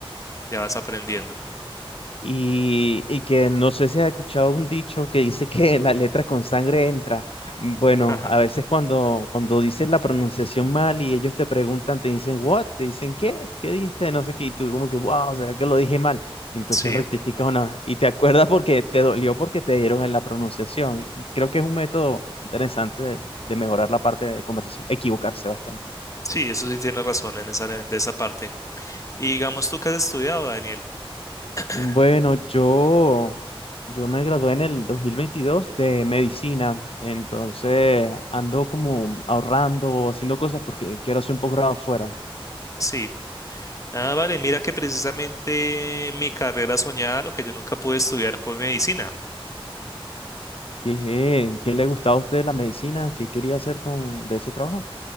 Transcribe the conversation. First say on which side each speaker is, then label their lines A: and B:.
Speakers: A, on the left (about 35°); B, on the left (about 75°).
A: ya vas aprendiendo.
B: Y, y que no sé si has escuchado un dicho que dice que la letra con sangre entra. Bueno,
A: Ajá.
B: a veces cuando, cuando dices la pronunciación mal y ellos te preguntan, te dicen, ¿what? Te dicen, ¿qué? ¿Qué dijiste? No sé qué. Y tú como que, wow, ¿será que lo dije mal? Y entonces
A: Sí,
B: rectificas una vez. Y te acuerdas porque te dolió porque te dieron en la pronunciación. Y creo que es un método interesante de, de mejorar la parte de conversación, equivocarse bastante.
A: sí, eso sí tienes razón en esa, de esa parte. Y digamos tú que has estudiado, Daniel. <clears throat>
B: Bueno, yo, yo me gradué en el 2022 de medicina, entonces ando como ahorrando, haciendo cosas porque quiero hacer un posgrado afuera.
A: Sí. Ah, vale, mira que precisamente mi carrera soñada, lo que yo nunca pude estudiar fue medicina.
B: ¿Qué, eh, qué le gustaba a usted la medicina? ¿Qué quería hacer con de ese trabajo?